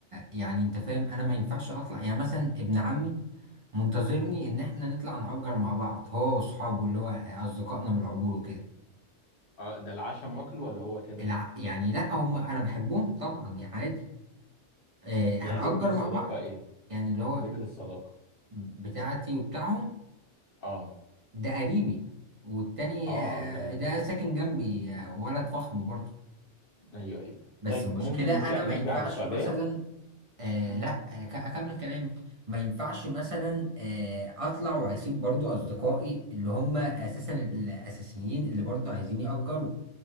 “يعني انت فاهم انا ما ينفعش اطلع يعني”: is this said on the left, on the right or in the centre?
Right